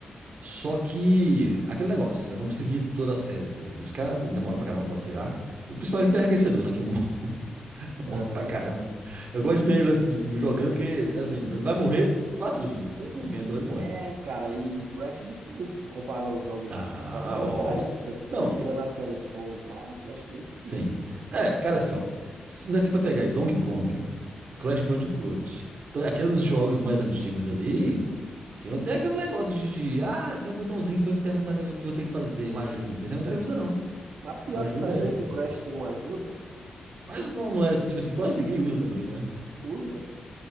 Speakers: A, on the right (about 60°); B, on the right (about 80°).
A: Só que, aquele negócio, eu não consegui toda a série ali. Os caras demoram pra caramba pra virar. E principalmente o BRK Sedu, né? Que morre, <laughs> morre
B: Aham.
A: pra caramba. Eu gosto de ver ele assim, jogando, porque, assim, ele vai morrer pra tudo. Até pro vento, ele morre.
B: É, cara, e Crash é difícil comparado aos jogos
A: Ah,
B: da atualidade.
A: óbvio.
B: Você
A: Não,
B: tirando a série Souls lá, Crash é bem difícil.
A: Sim. É, cara, assim, ó. s- Onde é que você vai pegar aí? Donkey Kong, Crash Bandicoot. Então, aqueles jogos mais antigos ali, que não tem aquele negócio de, de, ah, tem um botãozinho aqui pra me perguntar né, o que eu tenho que fazer, uma ajuda. Não tem realmente ajuda, não.
B: Mas pior
A: Ajuda
B: que sabia
A: é.
B: que o Crash tem uma ajuda?
A: Mas não, não é, tipo assim, quase ninguém usa também, né?
B: Usa.